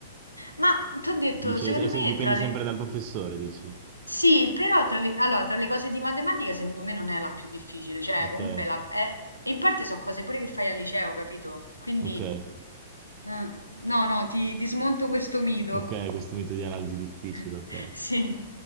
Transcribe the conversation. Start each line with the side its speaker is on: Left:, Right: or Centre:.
Left: Ma ti ho detto,
Right: Dici,
Left: secondo
Right: è- è
Left: me
Right: se- dipende
Left: tra
Right: sempre
Left: le,
Right: dal professore, dici.
Left: Sì, però tra le, allora, tra le cose di matematica secondo me non è la più difficile, cioè
Right: Ok,
Left: comunque la, è- e in parte sono cose pure che fai al liceo, capito? Quindi,
Right: ok,
Left: eh, no, no, ti, ti smonto questo mito.
Right: ok, questo mito di analisi difficile,
Left: <laughs>
Right: ok.
Left: Sì.